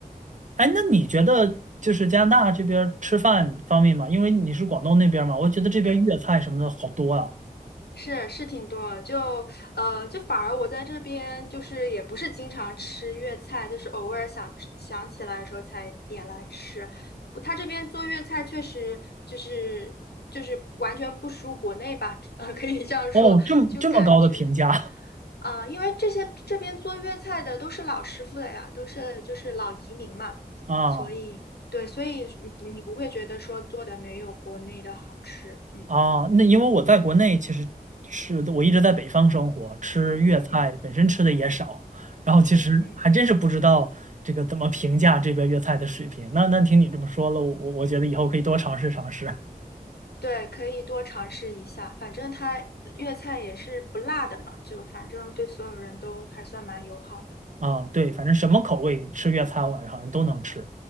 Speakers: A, on the right; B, on the left.
A: 哎，那你觉得就是加拿大这边儿吃饭方面嘛？因为你是广东那边儿嘛，我觉得这边粤菜什么的好多啊。
B: 嗯。是是挺多的就呃，就反而我在这边就是也不是经常吃粤菜，就是偶尔想吃想起来的时候才点来吃。不，他这边做粤菜确实就是就是完全不输国内吧，呃，可以这样说，
A: 哦，这么这么高的评价
B: 就感觉啊、呃因为这些这边做粤菜的都是老师傅了呀，都是就是老移民嘛，
A: <laughs> 啊
B: 所以对，所以你不你不会觉得说做的没有国内的好吃，嗯
A: 啊！那因为我在国内其实吃的，我一直在北方生活，吃粤菜本身吃的也少，
B: 嗯嗯
A: 然后其实还真是不知道这个怎么评价这边粤菜的水平。
B: 嗯嗯。
A: 那那听你这么说了，我我我觉得以后可以多尝试尝试
B: 对，可以多尝试一下，反正它粤菜也是不辣的嘛，就反正对所有人都还算蛮友好的。
A: 啊。对，反正什么口味吃粤菜，我好像都能吃，